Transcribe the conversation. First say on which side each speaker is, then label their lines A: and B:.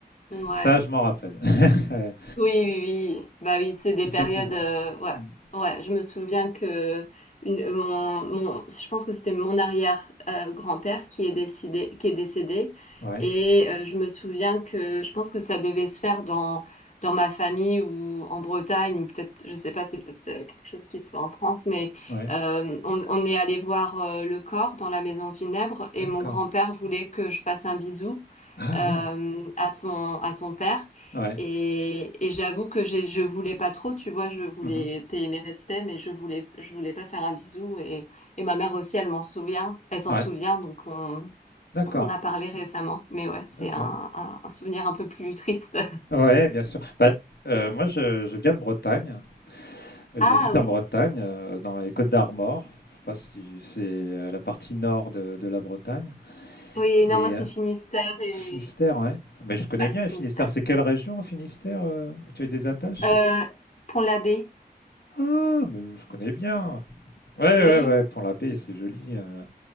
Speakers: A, on the left; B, on the left.
A: euh, ouais.
B: Ça, je m'en rappelle. <laughs>
A: Oui, oui, oui. Bah oui, c'est des
B: Plus
A: périodes.
B: facilement.
A: euh, ouais,
B: Mm.
A: ouais. Je me souviens que une, mon, mon, je pense que c'était mon arrière euh, grand-père qui est décédé, qui est décédé.
B: Ouais,
A: Et euh, je me souviens que je pense que ça devait se faire dans dans ma famille ou en Bretagne ou peut-être, je sais pas, c'est peut-être euh, quelque chose qui se fait en France, mais
B: ouais,
A: euh, on, on est allé voir euh, le corps dans la maison funèbre et
B: d'accord.
A: mon grand-père voulait que je fasse un bisou
B: Ah
A: euh,
B: oui,
A: à son à son père.
B: ouais.
A: Et, et j'avoue que j'ai, je voulais pas trop, tu vois, je voulais
B: Mhm.
A: payer mes respects, mais je voulais, je voulais pas faire un bisou. Et, et ma mère aussi, elle m'en souvient, elle s'en
B: Ouais,
A: souvient, donc on,
B: d'accord,
A: on a parlé récemment. Mais ouais, c'est
B: d'accord.
A: un, un, un souvenir un peu plus triste. <laughs>
B: Ouais, bien sûr. Bah, euh, moi, je, je viens de Bretagne. Euh,
A: Ah
B: J'habite en
A: oui,
B: Bretagne, euh, dans les Côtes d'Armor. Je sais pas si c'est euh, la partie nord de, de la Bretagne.
A: oui, non,
B: Et
A: moi c'est
B: euh,
A: Finistère et...
B: Finistère, ouais. Mais je connais
A: Ouais,
B: bien le
A: Finistère.
B: Finistère. C'est quelle région, en Finistère, euh, où tu as des attaches?
A: Euh, Pont-l'Abbé,
B: Ah, mais je connais bien. Ouais, ouais,
A: oui,
B: ouais. Pont-l'Abbé, c'est joli. euh,